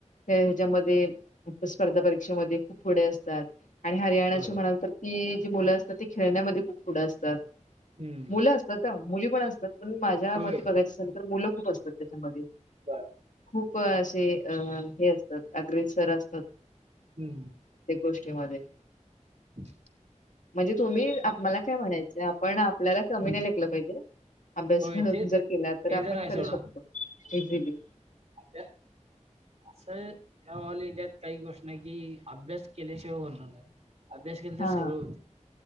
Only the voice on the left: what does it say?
त्या ह्याच्यामध्ये फक्त स्पर्धा परीक्षेमध्ये खूप पुढे असतात. आणि हरियाणाची
म्हणाल
तर की जी मुलं असतात ते खेळण्यामध्ये खूप पुढं असतात.
मुलं असतात ना, मुली पण असतात, पण माझ्या
मते बघायचं झालं तर मुलं खूप असतात त्याच्यामध्ये
खूप असे, अ हे, असतात अग्रेसर असतात.
गोष्टी मध्ये
म्हणजे तुम्ही, मला काय म्हणायचं आपण आपल्याला
कमी नाही लेखलं पाहिजे. अभ्यास
खरं
जर केला
तर आपण
करू
शकतो इझिली.
हा